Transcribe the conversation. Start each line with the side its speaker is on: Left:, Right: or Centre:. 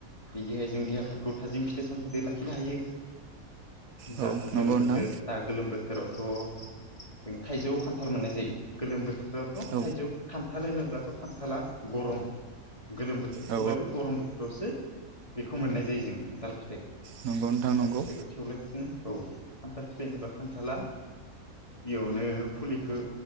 Left: बिदिहाय जों देहाफोरखौ थाजिम फिथाइ-सामथाइदो लाखि खिनो हायो
Right: औ
Left: दाथ'
Right: नंगौ
Left: गोलोम
Right: नोंथां
Left: बोथोर दा गोलोम बोथोरावथ'! जों थाइजौ खान्थाल मोननाय जायो गोलोम बोथोरावथ'
Right: औ
Left: थाइजौ खान्थाल होनोब्ला! थ' खान्थाला गरम, गोलोम बोथोर
Right: औ
Left: थेवब्लबो गरम बोथोरावसो बेखौ मोननाय जायो जों खान्थाल फिथाइखौ,
Right: नंगौ नोंथां
Left: खान्थाल
Right: नंगौ
Left: फिथाइखौ थेवलाय जों औ खान्थाल फिथाइ नुबा खान्थाला, बेयावनो फुलिखो